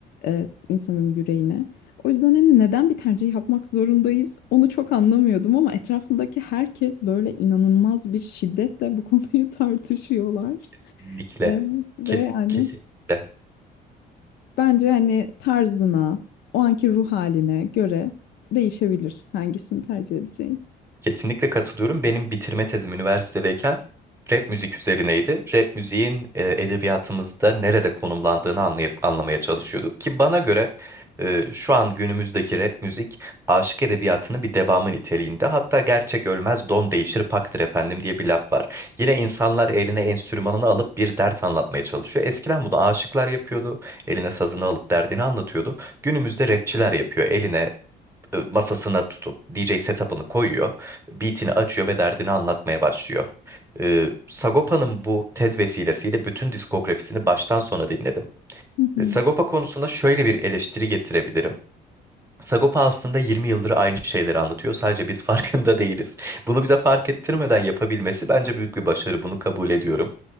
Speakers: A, on the left; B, on the right.
A: e, insanın yüreğine. O yüzden hani neden bir tercih yapmak zorundayız onu çok anlamıyordum ama etrafındaki herkes böyle inanılmaz bir şiddetle bu konuyu <laughs> tartışıyorlar.
B: Kesinlikle.
A: E, ve
B: Kes,
A: yani
B: kesinlikle.
A: Bence hani tarzına, o anki ruh haline göre değişebilir hangisini tercih edeceğin.
B: Kesinlikle katılıyorum. Benim bitirme tezim üniversitedeyken rap müzik üzerineydi. Rap müziğin e, edebiyatımızda nerede konumlandığını anlayıp anlamaya çalışıyorduk ki bana göre e, şu an günümüzdeki rap müzik aşık edebiyatının bir devamı niteliğinde. Hatta gerçek ölmez don değişir paktır efendim diye bir laf var. Yine insanlar eline enstrümanını alıp bir dert anlatmaya çalışıyor. Eskiden bunu aşıklar yapıyordu. Eline sazını alıp derdini anlatıyordu. Günümüzde rapçiler yapıyor. Eline e, masasına tutup DJ setup'ını koyuyor. Beat'ini açıyor ve derdini anlatmaya başlıyor. E, Sagopa'nın bu tez vesilesiyle bütün diskografisini baştan sona dinledim.
A: Hı
B: E,
A: hı.
B: Sagopa konusunda şöyle bir eleştiri getirebilirim. Sagopa aslında 20 yıldır aynı şeyleri anlatıyor. Sadece biz <laughs> farkında değiliz. Bunu bize fark ettirmeden yapabilmesi bence büyük bir başarı. Bunu kabul ediyorum.